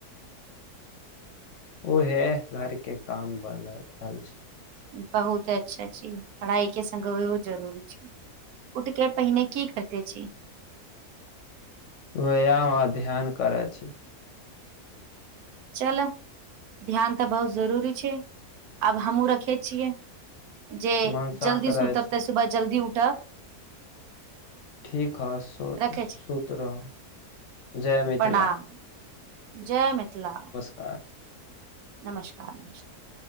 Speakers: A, on the left; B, on the right.
A: ओहे घर के काम बला रहल छी।
B: बहुत अच्छा छी, पढ़ाई के संगे ओहो जरूरी छै। उठके पहिने की करिते छी।
A: व्यायाम, अध्ययन करै छी।
B: चलऽ ध्यान तऽ बहुत जरूरी छै, आब हमहूँ रखे छियै। जे
A: मन शान्त
B: जल्दी सुतब
A: रहै छै
B: तऽ सुबह जल्दी उठब।
A: ठीक हइ सु,
B: रखै
A: सुत
B: छी
A: रहू जय मिथिला।
B: प्रणाम जय मिथिला।
A: आ।
B: नमस्कार, नमस्कार।